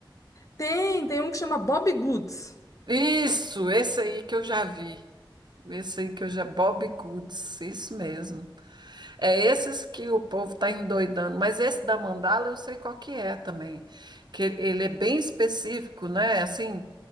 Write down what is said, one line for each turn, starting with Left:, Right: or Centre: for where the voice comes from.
Left: Tem, tem um que chama Bob Goods.
Right: Isso, esse aí que eu já vi. Esse aí que eu já. Bob Goods, isso mesmo. É esses que o povo tá endoidando. Mas esse da mandala eu sei qual que é também. Que ele é bem específico, né? Assim.